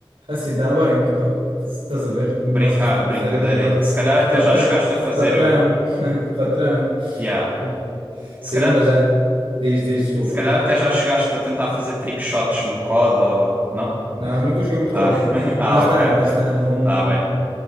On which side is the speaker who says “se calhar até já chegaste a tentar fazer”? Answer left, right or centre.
Right